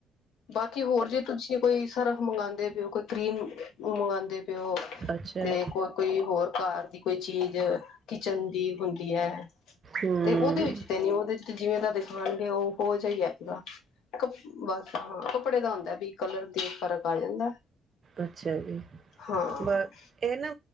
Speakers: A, on the left; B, on the right.
A: ਬਾਕੀ ਹੋਰ ਜੇ ਤੁਸੀ ਕੋਈ ਸਰਫ ਮੰਗਵਾਉਂਦੇ ਪਏ ਓ ਕੋਈ ਕਰੀਮ ਮੰਗਵਾਉਂਦੇ ਪਏ ਹੋ
B: ਅੱਛਾ
A: ਤੇ ਕੋਈ, ਕੋਈ ਹੋਰ ਕਾਰ ਦੀ ਕੋਈ ਚੀਜ਼ ਕਿਚਨ ਦੀ ਹੁੰਦੀ ਐ।
B: ਹਮ
A: ਤੇ ਓਦੇ ਵਿੱਚ ਤੇ ਨੀ ਓਦੇ ਵਿੱਚ ਜਿਵੇਂ ਜਾ ਦਿਖਾਨਗੇ ਓਹੋ ਜੇਆ ਈ ਆਏਗਾ ਕਪ ਬਸ ਹਾਂ ਕੱਪੜੇ ਦਾ ਹੁੰਦਾ ਬੀ ਕਲਰ ਦਾ ਫ਼ਰਕ ਆ ਜਾਂਦਾ
B: ਅੱਛਾ ਜੀ,
A: ਹਾਂ,
B: ਬ ਏਹ ਨਾ